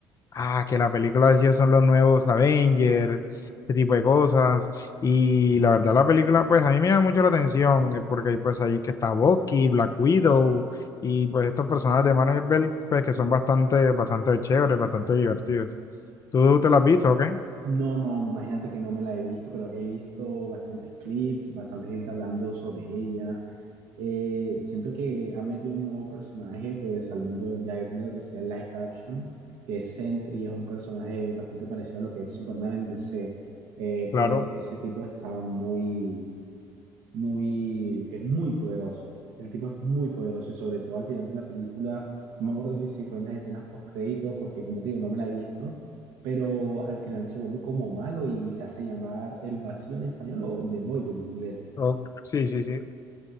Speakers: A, on the left; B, on the right.
A: ah, que la película de ellos son los nuevos Avengers, ese tipo de cosas. Y la verdad, la película, pues a mí me llama mucho la atención, eh, porque hay pues ahí que está Bucky, Black Widow, y pues estos personajes de Marvel, pues que son bastante, bastante chéveres, bastante divertidos. ¿Tú te la has visto, o qué?
B: No, no, imagínate que no me la he visto, pero he visto bastantes clips, bastante gente hablando sobre ella. Eh, siento que han metido un nuevo personaje, pues, al mundo ya de lo que sería el live action, que es Sentry, es un personaje bastante parecido a lo que es Superman en DC. Eh, eh,
A: Claro.
B: ese tipo está muy muy, es muy poderoso. El tipo es muy poderoso y sobre todo al final de la película, no me acuerdo si si fue en las escenas post créditos, porque como te digo, no me la he visto, pero al final se vuelve como malo y se hace llamar El Vacío en español o The Void en inglés.
A: Oh, sí, sí, sí.